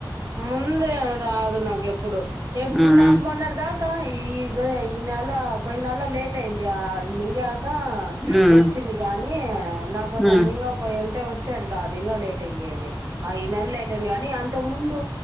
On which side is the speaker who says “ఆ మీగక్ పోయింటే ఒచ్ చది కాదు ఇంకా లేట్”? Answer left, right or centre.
Right